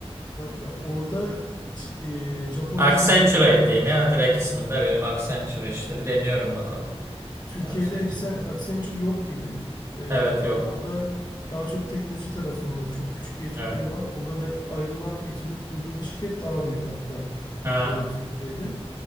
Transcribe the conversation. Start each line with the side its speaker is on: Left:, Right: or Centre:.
Left: Hı, ya orada hiç, e, Japonya
Right: Accenture'a
Left: şubelerini nasıl
Right: diyeyim
Left: bilmiyorum.
Right: ya. Direkt ismini de vereyim. Accenture işte. Bir deniyorum bakalım.
Left: Türkiye'de
Right: Accenture
Left: Accen-
Right: buradan.
Left: Accenture yok gibi. Ee,
Right: Evet yok.
Left: orada daha çok teknoloji tarafında çok küçük bir ekipleri
Right: Evet.
Left: var. Oradan ayrılan ekibin kurduğu bir şirket daha büyük hatta
Right: Ha.
Left: e, Türkiye'de.